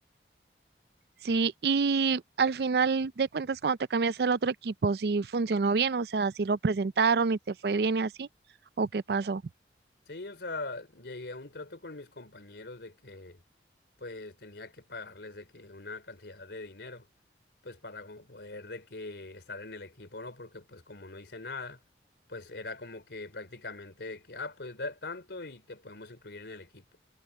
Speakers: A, on the right; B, on the left.
A: Sí, y al final de cuentas, cuando te cambiaste al otro equipo, si funcionó bien, o sea, si lo presentaron y te fue bien y así, o qué pasó,
B: Sí, o sea, llegué a un trato con mis compañeros de que, pues, tenía que pagarles de que una cantidad de dinero, pues, para como poder de que estar en el equipo, ¿no? Porque, pues, como no hice nada, pues, era como que prácticamente de que, ah, pues, da tanto y te podemos incluir en el equipo.